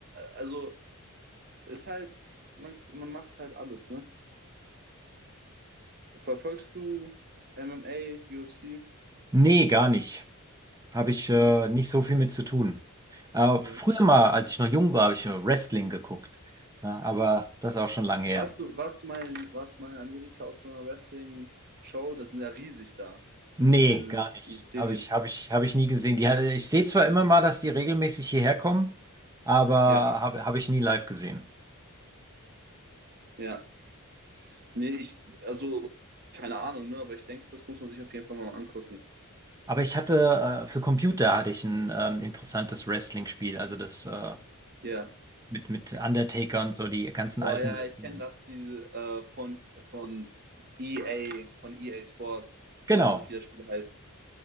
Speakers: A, on the right; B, on the right.
A: also ist halt, man, man macht halt alles, ne? Verfolgst du MMA, UFC?
B: Nee, gar nicht. Habe ich äh,
A: Ne?
B: nicht so viel mit zu tun. Äh,
A: Ja.
B: früher mal, als ich noch jung war, habe ich äh, Wrestling geguckt. Ja, aber das ist auch schon lange her.
A: Warst du, warst du mal, in- warst du mal in Amerika auf so einer Wrestling-Show? Das sind ja riesig da,
B: Nee,
A: äh,
B: gar nicht.
A: diese Stadien.
B: Habe ich, habe ich, habe ich nie gesehen. Die, äh, ich sehe zwar immer mal, dass die regelmäßig hierher kommen, aber habe,
A: Ja,
B: habe ich nie live gesehen.
A: ja. Nee, ich, also, keine Ahnung, ne? Aber ich denke, das muss man sich auf jeden Fall mal angucken.
B: Aber ich hatte, äh, für Computer hatte ich ein ähm, interessantes Wrestling-Spiel, also das äh,
A: Ja.
B: mit, mit Undertaker und so, die ganzen
A: Oh
B: alten
A: ja,
B: Wrestling.
A: ich kenne das, diese äh, von, von EA, von EA Sports. Ich
B: Genau,
A: weiß auch nicht, wie das Spiel heißt.